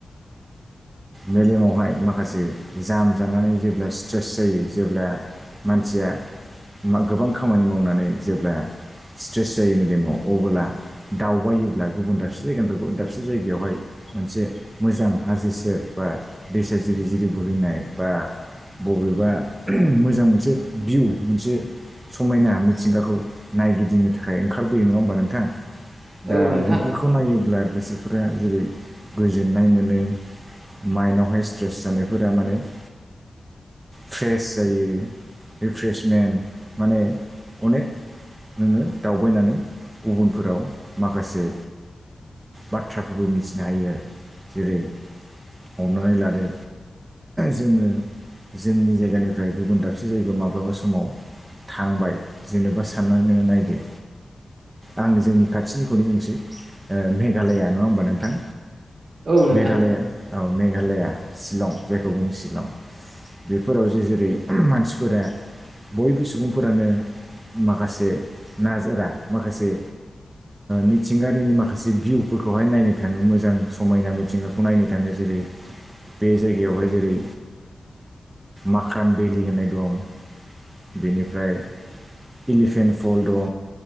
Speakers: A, on the right (about 20°); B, on the right (about 70°).
A: मेलेमावहाय माखासे जाम जानानै जेब्ला स्ट्रेस जायो जेब्ला मानसिया गोबां खामानि मावनानै जेब्ला स्ट्रेस जायो मेलेमाव अबोला दावबायोब्ला गुबुन दाबसे जायगानिफ्राय दाबसे जायगायावहाय मोनसे मोजां हाजो सेर बा दैसा जिरि जिरि बोहैनाय बा बबेबा मोजां मोनसे भिउ मोनसे समायना मिथिंगाखौ नायगिदिंनो थाखाय ओंखारबोयो नङा होमबा नोंथां दा
B: औ नोंथां
A: बेफोरखौ नायोब्ला गोसो फोरा जेरै गोजोननाय मोनो माइनदआवहाय स्ट्रेस जानायफोरा माने <inaudible> फ्रेस जायो रिफ्र्रेसमेन्ट माने अनेक नोङो दावबायनानै गुबुनफोराव माखासे बाथ्राफोरबो मिथिनो हायो आरो जेरै हमनानै लादो जोङो जोंनि जायगानिफ्राय गुबुन दाबसे जायगायाव माब्लाबा समाव थांबाय जेनेबा साननानै नायदो आं जोंनि खाथिनिखौनो बुंसै मेघालया नङा होमबा नोंथां
B: औ नोंथां
A: मेघालया औ मेघालया शिलं जायखौ बुङो शिलं बेफोराव जे जेरै मानसिफोरा बयबो सुबुंफोरानो माखासे नाजारा माखासे मिथिंगानिनि माखासे भिउफोरखौहाय नायनो थाङो मोजां समायना मिथिंगाखौ नायनो थाङो जेरै बे जायगायावहाय जेरै माख्राम बिलि होननाय दं बेनिफ्राय इलिफेन्ट फल दं